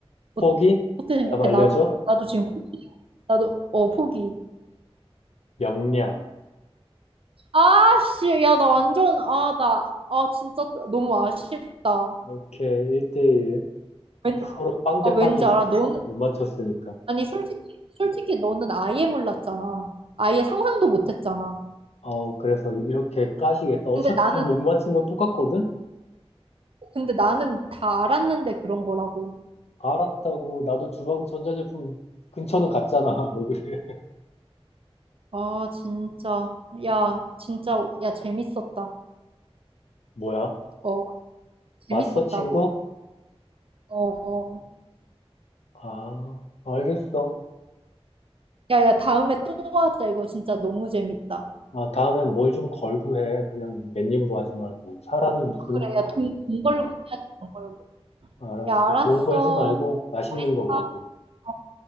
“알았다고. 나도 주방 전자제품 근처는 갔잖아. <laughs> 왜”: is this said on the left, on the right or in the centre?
Left